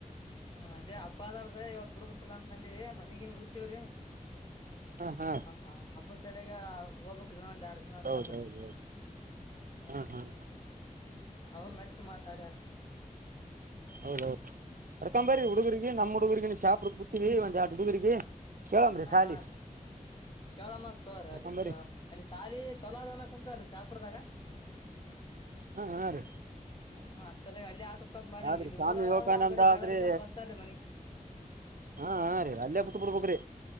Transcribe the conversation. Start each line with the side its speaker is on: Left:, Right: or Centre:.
Left: ಹಾ ಅೇ ಅಬ್ ಅಳ್ರೀ ಇವತ್ ಬಿಡ್ಬೇಕಲ್ಲ ಅಂತಂದಿ. ಮನಗನ್ ಹಊಸವ್ರೀ.
Right: ಹಾಂ ಹಾಂ
Left: ಹ ಹಾ ಅಬ. ಸಲಗ ಹೋಗ್ಬೇಕಕ್. ಡಾನ ಅಂತಂದ್ರ
Right: ಹೌದು ಹೌದು ಹೌದು
Left: ಹ
Right: ಹಾಂ ಹಾಂ
Left: ಅವರು ನಚ್ಿ ಮಾತಾಡ್ಯಾರ.
Right: ಹೌದೌದು ಅರ್ಕೊಂಬರಿ
Left: ಹಾ
Right: ಹುಡುಗರಿಗೆ ನಮ್ಮ <unintelligible> ಹುಡುಗರಿಗೆ ಶಾಪ ಬಿಡ್ತತಿವಿ ಒಂದ ಎರಡು ಹುಡುಗರಿಗೆ <unintelligible>
Left: ಹಾ
Right: ಸಾಲಿ
Left: ಹಾ ರೀ ಕೇಳೋಣ ತೋ <unintelligible> ರಿ
Right: ಕರ್ಕೊಂಬರ್ರಿ
Left: ಅ ಅಲ್ಲಿ ಶಾಲಿ ಚಲೋ ಅ ಅನ ಕುಂತಾರೀ ಶಾಪ ಅಪರದಾಗ
Right: ಹಾ ಹಾ ರೀ
Left: ಹಾ ಸರಿಯಾಗಿ ಅಲ್ಲಿ ಹಾಕಕಂತ ಮಾಡೀವ್ರಿ
Right: ಆದ್ರಿ
Left: ಇಲ್ಲಿ
Right: ಸ್ವಾಮಿ
Left: ಊರಗಾದ್ರ
Right: ವಿವೇಕಾನಂದ
Left: ಬರ ಜಾಗಡ್ಕ
Right: ಆದ್ರಿ
Left: ಬರ್ತಾರೀ ಮನಿ
Right: ಹಾ ಹಾ ರೀ ಅಲ್ಲೇ ಬಿಟ್ಟು ಬಿಡ್ಬೇಕ್ರಿ